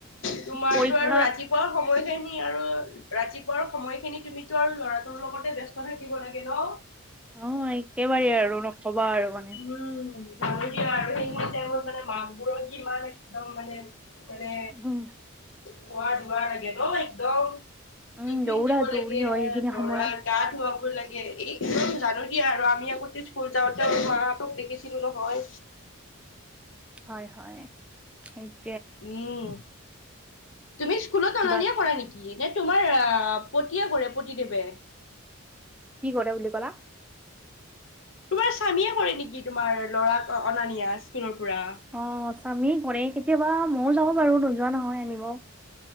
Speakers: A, on the left; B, in the centre.
A: তোমাৰতো
B: পৰীক্ষা
A: আৰু ৰাতিপুৱা সময়খিনি আৰু ৰাতিপুৱাৰ সময়খিনি তুমিতো আৰু ল'ৰাটোৰ লগতে ব্যস্ত থাকিব লাগে ন
B: অৱ একেবাৰেই আৰু নকবা আৰু মানে
A: উম আৰু সেই তেওঁ মানে মাকবোৰত যিমান একদম মানে মানে
B: উম
A: শুৱা দোৱা লাগে ন একদম
B: উম
A: টিফিন
B: দৌৰা
A: দিব
B: দৌৰি
A: লাগে
B: হয় সেইখিনি
A: ল'ৰাৰ
B: সময়ত
A: গা ধুৱাব লাগে একদম জানো দিয়া, আমি আগতে স্কুল যাওঁতে মাহঁতক দেখিছিলো নহয়।
B: হয় হয় <unintelligible>
A: উম তুমি স্কুলোত অনা
B: বা
A: নিয়া কৰা নেকি নে তোমাৰ আহ পতিয়ে কৰে পতিদেৱে
B: কি কৰে বুলি কলা
A: তোমাৰ স্বামীয়ে কৰে নেকি তোমাৰ ল'ৰাক অনা নিয়া স্কুলৰ পৰা
B: অৱ স্বামী কৰে কেতিয়াবা ময়ো যাওঁ বাৰু নোযোৱা নহয় আনিব